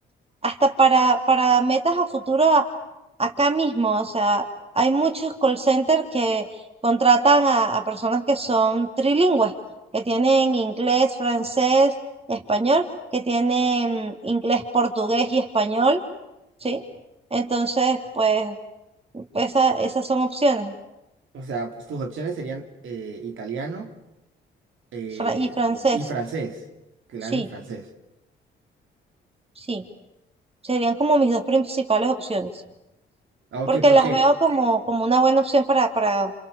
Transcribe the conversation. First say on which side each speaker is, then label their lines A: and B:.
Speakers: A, on the right; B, on the right.
A: hasta para, para metas a futuro acá mismo, o sea, hay muchos call centers que contratan a, a personas que son trilingües, que tienen inglés, francés, español, que tienen inglés, portugués y español, ¿sí? Entonces, pues esa, esas son opciones.
B: O sea, pues, tus opciones serían eh, italiano eh,
A: Fra- y Sí. francés,
B: y francés. Claro,
A: sí,
B: y francés.
A: sí. Serían como mis dos principales opciones,
B: Ah, ok,
A: porque
B: ¿por
A: las
B: qué?
A: veo como, como una buena opción para, para